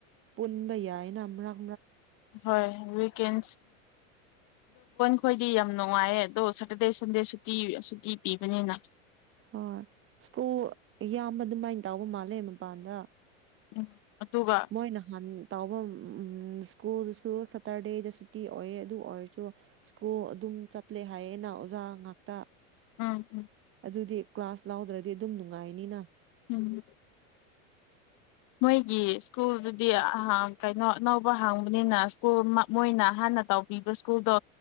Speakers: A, on the right (about 30°); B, on the left (about 45°).
A: ꯄꯨꯟꯕ ꯌꯥꯏꯅ ꯑꯃꯛ
B: ꯍꯣꯏ ꯋꯀꯦꯟ ꯈ ꯗꯤ ꯌꯥꯝ ꯅꯨꯡꯉꯥꯏꯌꯦ ꯑꯗꯣ ꯁꯦꯇꯔꯗꯦ ꯁꯟꯗꯦ ꯁꯨꯇꯤ ꯁꯨꯇꯤ ꯄꯤꯕꯅꯤꯅ
A: ꯍ ꯁꯀꯨ ꯌꯥꯝ ꯃ ꯑꯗꯨꯃꯥꯏꯅ ꯇꯥꯎꯕ ꯃꯥꯜꯂꯦ ꯄꯗ
B: ꯎꯝ ꯑꯗꯨꯒ
A: ꯃꯣꯏꯅ ꯍꯥꯅꯨ ꯇꯥꯎꯕ ꯎꯝ ꯁ꯭ꯀꯨꯜꯗꯨꯁꯨ ꯁꯇꯔꯗꯦꯗ ꯁꯨꯇꯤ ꯑꯣꯏꯑ ꯑꯗꯨ ꯑꯣꯏꯔꯁꯨ ꯁ꯭ꯀꯨꯜ ꯑꯗꯨꯝ ꯆꯠꯂꯦ ꯍꯥꯏꯌꯦꯅ ꯑꯣꯖꯥ ꯉꯥꯛꯇ
B: ꯎꯝ ꯎꯝ
A: ꯑꯗꯨꯗꯤ ꯀ꯭ꯂꯥꯁ ꯂꯥꯎꯗ꯭ꯔꯗꯤ ꯑꯗꯨꯝ ꯅꯨꯡꯉꯥꯏꯅꯤꯅ
B: ꯎꯝ ꯃꯣꯏꯒꯤ ꯁ꯭ꯀꯨꯜꯗꯨꯗꯤ ꯀꯩꯅꯣ ꯑꯅꯧꯕ ꯍꯥꯡꯕꯅꯤꯅ ꯁ꯭ꯀꯨꯜ ꯃꯣꯏꯅ ꯍꯥꯟꯅ ꯇꯧꯕꯤꯕ ꯁ꯭ꯀꯨꯜꯗꯣ